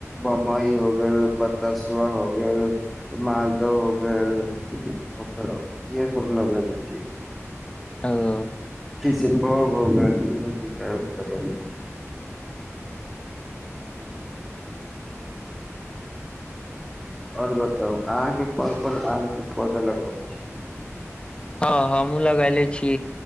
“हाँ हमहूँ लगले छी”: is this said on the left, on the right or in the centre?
Left